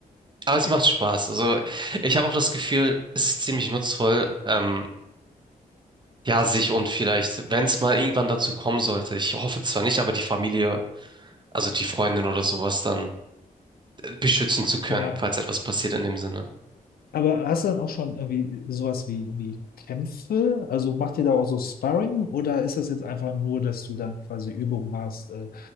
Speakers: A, on the right; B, on the left.
A: Aber es macht Spaß. Also ich habe auch das Gefühl, es ist ziemlich nutzvoll, ähm, ja, sich und vielleicht, wenn es mal irgendwann dazu kommen sollte, ich hoffe zwar nicht, aber die Familie, also die Freundin oder sowas dann äh, beschützen zu können,
B: Ja.
A: falls etwas passiert in dem Sinne.
B: Aber hast du dann auch schon irgendwie sowas wie, wie Kämpfe? Also macht ihr da auch so Sparring oder ist das jetzt einfach nur, dass du dann quasi Übungen machst äh,